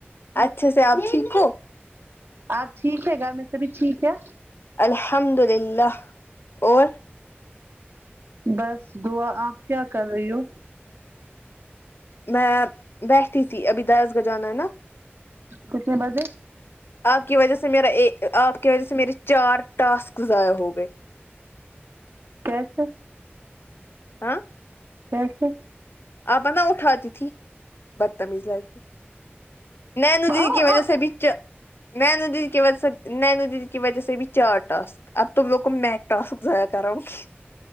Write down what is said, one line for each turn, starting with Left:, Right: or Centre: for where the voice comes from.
Left: اچھے سے آپ ٹھیک ہو
Right: آپ ٹھیک ہے گھر میں سبھی ٹھیک ہے
Left: الحمد للہ اور
Right: بس دعا آپ کیا کر رہی ہو
Left: میں بیٹھی تھی ابھی داس گجانا ہے نہ
Right: کتنے بجے
Left: آپ کی وجہ سے میرا ایک ا آپ کی وجہ سے میرے چار ٹاسک ضائع ہو گئے
Right: کیسے
Left: ہاں
Right: کیسے
Left: آپ نہ اٹھاتی تھی بدتمیز لڑکی نینو
Right: آ،
Left: دیدی
Right: آ،
Left: کی وجہ سے بھی چہ نینو دیدی کی وجہ سے نینو دیدی کی وجہ سے بھی چار ٹاسک اب تم لوگ کومیک ٹاسک ضائع کراؤ نگی